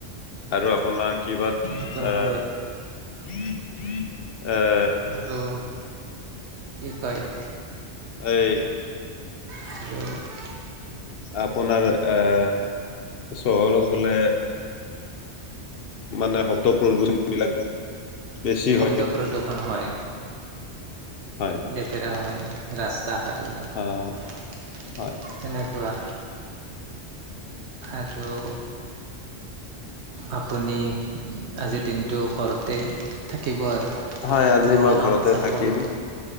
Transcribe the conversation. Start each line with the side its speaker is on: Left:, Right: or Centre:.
Left: আৰু আপোনাৰ কিবাত
Right: তেনেকুৱা
Left: এহ
Right: হয় আৰু
Left: এহ।
Right: আৰু কি কয়?
Left: এই।
Right: হেল্ল'।
Left: আপোনাৰ আ চহৰত হ'লে। মানে শব্দ প্ৰদূষণ বিলাক। বেছি হয়
Right: শব্দ প্ৰদূষণ হয়
Left: হয়
Right: লেতেৰা হয় ৰা স্তা ঘাট বিলাক
Left: আহ হয়
Right: তেনেকুৱা। আৰু আপুনি আজিৰ দিনটো ঘৰতে থাকিব আৰু
Left: হয় আজি
Right: ঘৰুৱা
Left: মই
Right: কাম
Left: ঘৰতে
Right: চাম
Left: থাকিম
Right: কৰিব